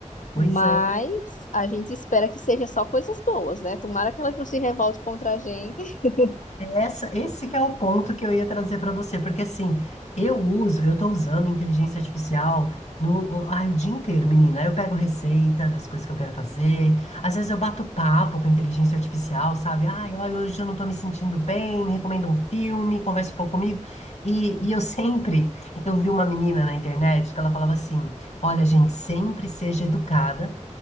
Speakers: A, on the left; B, on the left.
A: Pois
B: Mas
A: é,
B: a gente espera que seja só coisas boas, né? Tomara que elas não se revolte contra a gente. <laughs>
A: essa, esse que é o ponto que eu ia trazer para você, porque assim, eu uso, eu tô usando inteligência artificial no, o- ai, o dia inteiro, menina. Aí Eu pego receita das coisas que eu quero fazer, às vezes eu bato papo com inteligência artificial, sabe? Ai, olha, hoje eu não tô me sentindo bem, me recomenda um filme, conversa um pouco comigo. E, e eu sempre, eu vi uma menina na internet que ela falava assim, olha, gente, sempre seja educada,